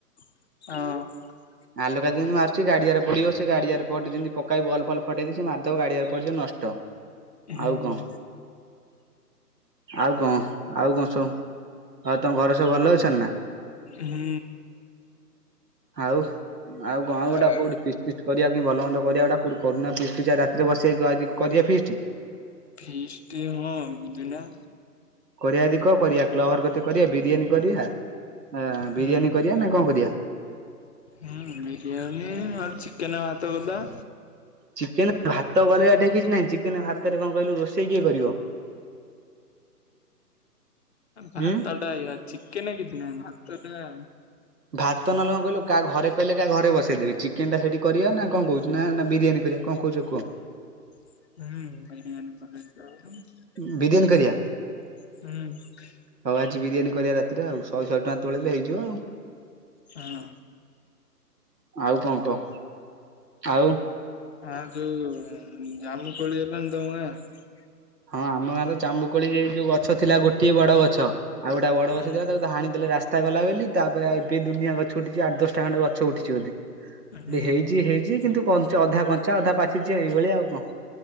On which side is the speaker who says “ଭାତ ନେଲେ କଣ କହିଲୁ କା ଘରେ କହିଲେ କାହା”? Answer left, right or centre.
Right